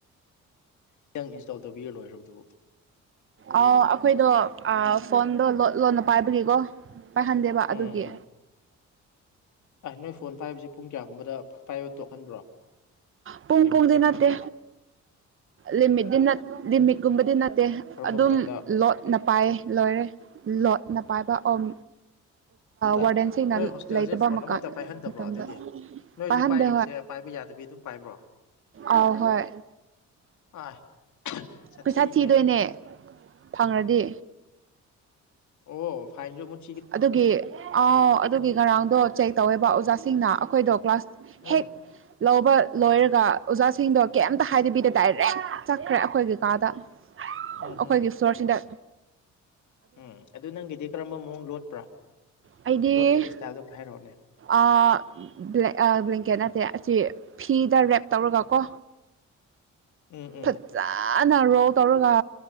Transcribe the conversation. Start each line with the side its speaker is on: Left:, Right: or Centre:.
Left: ꯈꯤꯇꯪ ꯏꯟꯁꯇꯣꯜ ꯇꯧꯕꯤꯔ ꯂꯣꯏꯈ꯭ꯔꯕꯗꯨꯕꯨ
Right: ꯑ ꯑꯩꯈꯣꯏꯗꯣ ꯐꯣꯟꯗꯣ ꯂꯣ ꯂꯣꯟꯅ ꯄꯥꯏꯕꯒꯤꯀꯣ ꯄꯥꯏꯍꯟꯗꯦꯕ ꯑꯗꯨꯒꯤ
Left: ꯎꯝ ꯎꯝ ꯑ ꯅꯣꯏ ꯐꯣꯟ ꯄꯥꯏꯕꯁꯦ ꯄꯨꯡ ꯀꯌꯥꯒꯨꯝꯕꯗ ꯄꯥꯏꯕ ꯇꯣꯛꯍꯟꯕ꯭ꯔꯣ
Right: ꯄꯨꯡ
Left: ꯂꯤꯃꯤꯠꯁꯦ
Right: ꯄꯨꯡꯗꯤ ꯅꯠꯇꯦ
Left: ꯀꯃꯥꯏꯅ ꯇꯧꯕ
Right: ꯂꯤꯃꯤꯠꯗꯤ ꯅꯠ ꯂꯤꯃꯤꯠꯀꯨꯝꯕꯗꯤ ꯅꯠꯇꯦ
Left: ꯀꯔꯝꯕ
Right: ꯑꯗꯨꯝ
Left: ꯃꯇꯝꯗ
Right: ꯂꯣꯠꯅ ꯄꯥꯏꯌꯦ ꯂꯣꯏꯔꯦ ꯂꯣꯠꯅ ꯄꯥꯏꯕ ꯑꯣꯝ
Left: ꯑꯦ
Right: ꯋꯥꯔꯗꯦꯟꯁꯤꯅ
Left: ꯅꯣꯏ ꯍꯣꯁꯇꯦꯜꯁꯦ
Right: ꯂꯩꯇꯕ
Left: ꯐꯣꯟ
Right: ꯃꯀꯥꯟ
Left: ꯑꯃꯇ ꯄꯥꯏꯍꯟꯗꯕ꯭ꯔꯣ
Right: ꯃꯇꯝꯗ
Left: ꯑꯗꯨꯗꯤ ꯅꯣꯏ ꯍꯧꯖꯤꯛ
Right: ꯄꯥꯏꯍꯟꯗꯦ
Left: ꯄꯥꯏꯔꯤꯕꯁꯦ ꯄꯥꯏꯕ ꯌꯥꯗꯕꯤ ꯑꯗꯨꯝ ꯄꯥꯏꯕ꯭ꯔꯣ
Right: ꯑ ꯍꯣꯏ
Left: ꯑꯥꯏ ꯁꯥꯊꯤꯍꯦ
Right: ꯄꯩꯁꯥ ꯊꯤꯗꯣꯏꯅꯦ ꯐꯪꯉꯗꯤ
Left: ꯑꯣ ꯐꯥꯏꯟ ꯖꯨ <unintelligible>
Right: ꯑꯗꯨꯒꯤ ꯑꯥꯎ ꯑꯗꯨꯒꯤ ꯉꯔꯥꯡꯗꯣ ꯆꯦꯛ ꯇꯧꯋꯦꯕ ꯑꯣꯖꯥꯁꯤꯡꯅ ꯑꯩꯈꯣꯏꯗꯣ ꯀ꯭ꯂꯥꯁ
Left: ꯎꯝ
Right: ꯍꯦꯛ ꯂꯧꯕ ꯂꯣꯏꯔꯒ ꯑꯣꯖꯥꯁꯤꯡꯗꯣ ꯀꯦꯝꯇ ꯍꯥꯏꯗꯕꯤꯗ ꯗꯥꯏꯔꯦꯛ ꯆꯠꯈ꯭ꯔꯦ ꯑꯩꯈꯣꯏꯒꯤ ꯀꯥꯗ
Left: ꯎꯝ
Right: <unintelligible> ꯑꯩꯈꯣꯏꯒꯤ
Left: ꯍꯝ
Right: ꯁꯣꯔ ꯁꯤꯟꯗꯥ
Left: ꯎꯝ ꯑꯗꯨ ꯅꯪꯒꯤꯗꯤ ꯀꯔꯝꯕ ꯃꯑꯣꯡ ꯂꯣꯠꯄ꯭ꯔꯥ
Right: ꯑꯩꯗꯤ
Left: ꯂꯣꯠꯄꯒꯤ ꯏꯁꯇꯥꯏꯜꯗꯣ ꯈꯔ ꯍꯥꯏꯔꯛꯑꯣꯅꯦ
Right: ꯑꯥ ꯕ꯭ꯂꯦ ꯑꯥ ꯕ꯭ꯂꯦꯡꯀꯦꯠ ꯅꯠꯇꯦ ꯑꯁꯤ ꯐꯤꯗ ꯔꯦꯞ ꯇꯧꯔꯒ ꯀꯣ
Left: ꯎꯝ ꯎꯝ
Right: ꯐꯛ ꯆꯥꯅ ꯔꯣꯜ ꯇꯧꯔꯒ